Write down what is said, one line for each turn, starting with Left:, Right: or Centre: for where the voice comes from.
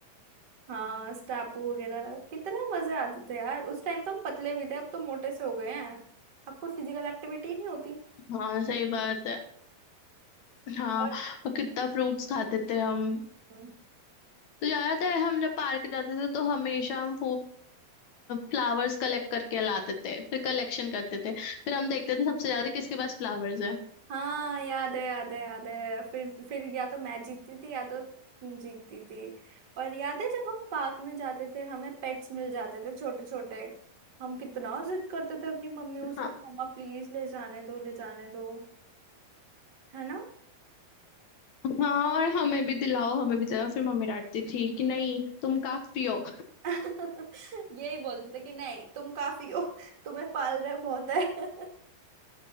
Right: हाँ स्टापू वगैरह कितने मजे आते थे यार उस टाइम तो हम पतले भी थे अब तो मोटे से हो गए हैं अब कोई फिजिकल एक्टिविटी नहीं होती
Left: हाँ सही बात है हाँ
Right: और
Left: और कितना फ्रूट्स खाते थे हम
Right: हम्म।
Left: तो याद है हम जब पार्क जाते थे तो हमेशा हम फ्लावर्स कलेक्ट करके लाते थे फिर कलेक्शन करते थे फिर हम देखते थे सबसे ज्यादा किसके पास फ्लावर्स है
Right: हाँ याद है याद है याद है फिर फिर या तो मैं जीतती थी या तो तुम जीतती थी और याद है जब हम पार्क में जाते थे हमें पेट्स मिल जाते थे छोटे छोटे हम कितना जिद करते थे अपनी मम्मियों से
Left: हाँ
Right: कि मम्मा प्लीज ले जाने दो ले जाने दो है ना
Left: हाँ और हमें भी दिलाओ हमें भी दिलाओ फिर मम्मी डांटती थी कि नहीं तुम काफी हो
Right: <laughs> यही बोलते थे कि नहीं तुम काफी हो तुम्हें पाल रहे बहुत है <laughs>